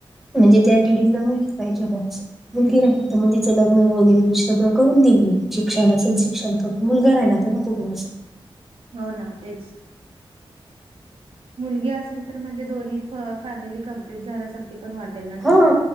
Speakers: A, in the centre; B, on the right (about 80°).
A: म्हणजे त्या लेडीजला मुलगी पाहिजे होती. मुलगी राहिल तर मग तिचं लग्न वगैरे सगळं करून देईन मी, शिक्षण असेल शिक्षण करून देईन. मुलगा राहिला त्यांना कोण मग असं
B: हो ना तेच. मुलगी असेल तर म्हणजे दोनी फॅमिली कंप्लीट झाल्यासारखी पण वाटेल ना त्यांना
A: हा